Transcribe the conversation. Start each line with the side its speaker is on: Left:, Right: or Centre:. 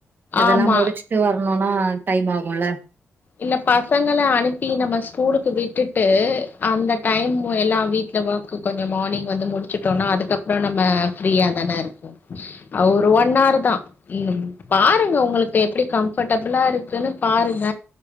Right: இதெல்லா
Left: ஆமா
Right: முடிச்சு ட்டு வரணுனா டைம் ஆகுல
Left: இல்ல பசங்கள அனுப்பி நம்ம ஸ்கூலுக்கு விட்டுட்டு அந்த டைமு எல்லா வீ இந்த ஒர்க் கொஞ்ச மார்னிங் வந்து முடிச்சுட்டோனா அதுக்கப்பறம் நம்ம ஃப்ரீயா தானே இருக்கு ஒரு ஒன் ஹவர் தா ம் பாருங்க உங்களுக்கு எப்பிடி கம்ஃபர்டபிளா இருக்குன்னு பாருங்க